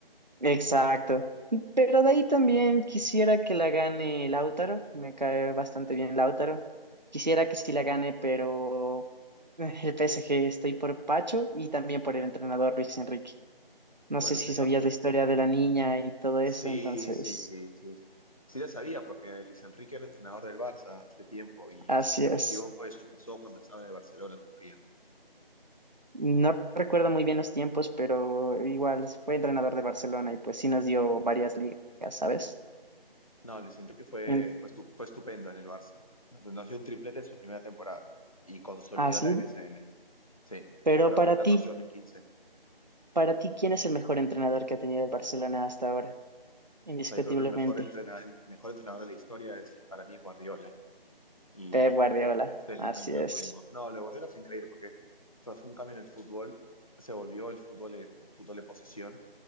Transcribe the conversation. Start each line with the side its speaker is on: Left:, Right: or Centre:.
Right: Exacto. Pero de ahí también quisiera que la gane Lautaro. Me cae bastante bien Lautaro. Quisiera que sí la gane, pero eh, el PSG estoy por Pacho y también por el entrenador Luis Enrique. No
Left: Bueno,
Right: sé si
Left: sería
Right: sabías la historia de la niña y todo eso,
Left: Sí,
Right: entonces
Left: sí, sí, sí. Sí la sabía porque Luis Enrique era entrenador del Barça hace tiempo y
Right: así
Left: si no
Right: es.
Left: me equivoco eso pasó cuando estaba en el Barcelona todavía.
Right: No recuerdo muy bien los tiempos, pero igual fue entrenador de Barcelona y pues sí nos dio varias ligas, ¿sabes?
Left: No, Luis Enrique fue,
Right: En-
Left: fue, estu- fue estupendo en el Barça. Nos, nos dio un triplete en su primera temporada y consolidó
Right: así.
Left: la MSN. Sí,
Right: Pero
Left: temporada
Right: para
Left: 2014-2015.
Right: ti. Para ti, ¿quién es el mejor entrenador que ha tenido el Barcelona hasta ahora? Indiscutiblemente,
Left: O sea, yo creo que el mejor, entrenador mejor entrenador de la historia es para mí es Guardiola y
Right: Pep Guardiola.
Left: fel- felizmente
Right: Así es.
Left: lo tuvimos. No, lo de Guardiola fue increíble porque fue, fue un cambio en el fútbol, se volvió el fútbol en fútbol de posición